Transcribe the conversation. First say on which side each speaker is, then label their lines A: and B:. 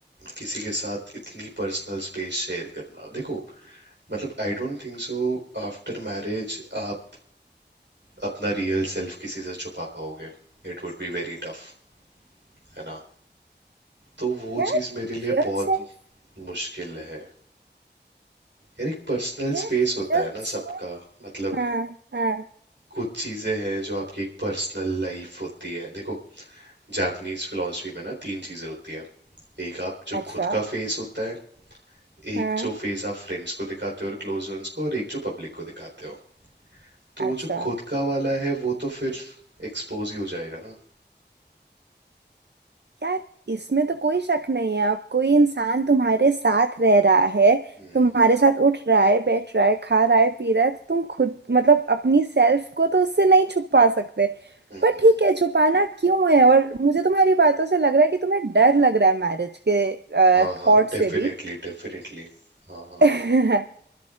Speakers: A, on the right; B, on the right.
A: किसी के साथ इतनी पर्सनल स्पेस शेयर करना देखो मतलब I don't think so after marriage आप अपना रियल सेल्फ किसी से छुपा पाओगे It would be very tough है ना तो वो
B: यार
A: चीज़ मेरे लिए
B: रियल
A: बहुत
B: सेल्फ
A: मुश्किल है यार एक पर्सनल
B: यार
A: स्पेस होता
B: रियल
A: है ना
B: सेल्फ
A: सबका मतलब
B: हाँ हाँ
A: कुछ चीजें हैं जो आपकी एक पर्सनल लाइफ होती है देखो जापानीज फिलॉसफी में ना तीन चीजें होती हैं एक आप जो
B: अच्छा
A: खुद का फेस होता है एक
B: हाँ
A: जो फेस आप फ्रेंड्स को दिखाते हो और क्लोज वंस को और एक जो पब्लिक को दिखाते हो तो वो
B: अच्छा
A: जो खुद का वाला है वो तो फिर एक्सपोज ही हो जाएगा ना
B: यार इसमें तो कोई शक नहीं है अब कोई इंसान तुम्हारे साथ रह रहा है
A: हम्म
B: तुम्हारे साथ उठ रहा है बैठ रहा है खा रहा है पी रहा है तो तुम खुद मतलब अपनी सेल्फ को तो उससे नहीं छुपा सकते
A: हम्म,
B: पर
A: हम्म।
B: ठीक है छुपाना क्यों है और मुझे तुम्हारी बातों से लग रहा है कि तुम्हें डर लग रहा है मैरिज के
A: हाँ हाँ
B: थॉट से
A: डेफिनेटली
B: भी
A: डेफिनेटली हाँ हाँ
B: <laughs>